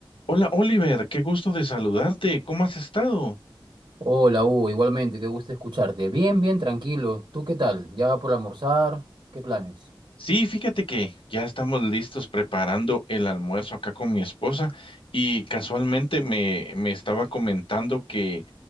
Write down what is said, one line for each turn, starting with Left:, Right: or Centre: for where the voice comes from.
Left: Hola Oliver, qué gusto de saludarte. ¿Cómo has estado?
Right: Hola, Hugo, igualmente, qué gusto escucharte. Bien, bien, tranquilo. ¿Tú qué tal? ¿Ya por almorzar? ¿Qué planes?
Left: Sí, fíjate que ya estamos listos preparando el almuerzo acá con mi esposa y casualmente me, me estaba comentando que